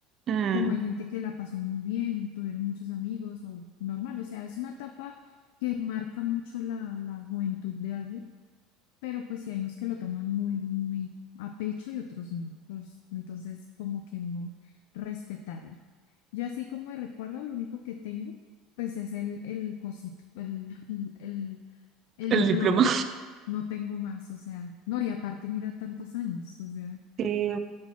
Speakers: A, on the right (about 35°); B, on the left (about 80°).
A: mm,
B: como hay gente que la pasó muy bien, tuvieron muchos amigos o normal, o sea, es una etapa que marca mucho la, la juventud de alguien pero pues sí hay unos que lo toman muy, muy a pecho y otros no. Pues, entonces, como que uno respetarle. Yo así como de recuerdo, lo único que tengo, pues es el, el cosito, el, el, el el
A: el
B: diploma.
A: diploma.
B: No tengo más, o sea, no, y aparte mira tantos años, o sea,
A: Sí,